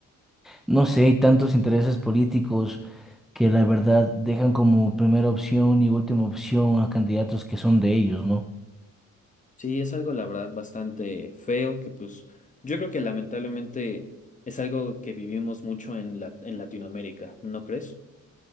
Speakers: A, in the centre; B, on the left.
A: no sé, hay tantos intereses políticos que la verdad dejan como primera opción y última opción a candidatos que son de ellos, ¿no?
B: Sí, es algo, la verdad, bastante feo, que pues yo creo que lamentablemente es algo que vivimos mucho en la, en Latinoamérica, ¿no crees?